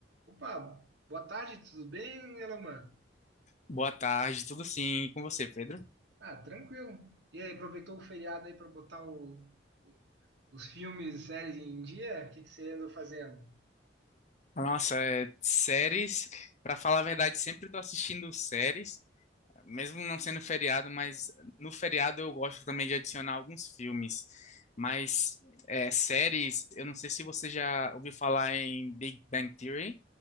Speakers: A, on the right (about 75°); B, on the left (about 40°).
A: Opa, boa tarde, tudo bem, Eloman?
B: Boa tarde, tudo sim, e com você, Pedro?
A: Ah, tranquilo. E aí, aproveitou o feriado aí para botar o- o- os filmes e séries em dia? O que que você andou fazendo?
B: Nossa, é, séries, pra falar a verdade, sempre tô assistindo séries, mesmo não sendo feriado, mas no feriado eu gosto também de adicionar alguns filmes. Mas é, séries, eu não sei se você já ouviu falar em Big Bang Theory.